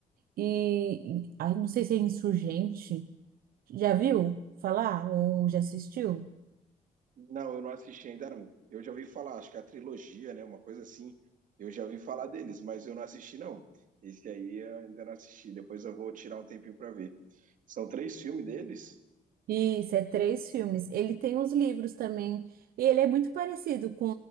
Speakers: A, on the right; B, on the right.
A: e, e ah, não sei se é Insurgente. Já viu falar ou já assistiu?
B: Não, eu não assisti ainda não. Eu já ouvi falar, acho que é a trilogia, né, uma coisa assim. Eu já ouvi falar deles, mas eu não assisti não. Esse aí eu ainda não assisti. Depois eu vou tirar um tempinho para ver. São três filmes deles?
A: Isso, é três filmes. Ele tem os livros também. E ele é muito parecido com